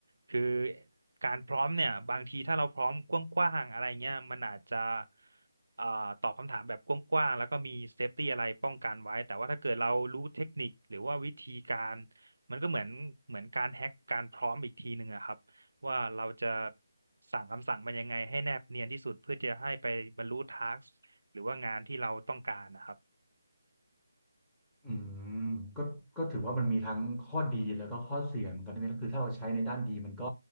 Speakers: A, on the right; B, in the centre.
A: คือการพร้อมเนี่ยบางทีถ้าเราพร้อมกว้างๆอะไรเงี้ยมันอาจจะเอ่อตอบคำถามแบบกว้างๆแล้วก็มีเซฟตี้อะไรป้องกันไว้แต่ว่าถ้าเกิดเรารู้เทคนิคหรือว่าวิธีการมันก็เหมือนเหมือนการแฮ็กการพร้อมอีกทีหนึ่งอะครับว่าเราจะสั่งคำสั่งมันยังไงให้แนบเนียนที่สุดเพื่อจะให้ไปบรรลุทาสหรือว่างานที่เราต้องการนะครับ
B: อืมก็ก็ถือว่ามันมีทั้งข้อดีแล้วก็ข้อเสียเหมือนกันนะคือถ้าเราใช้ในด้านดีมันก็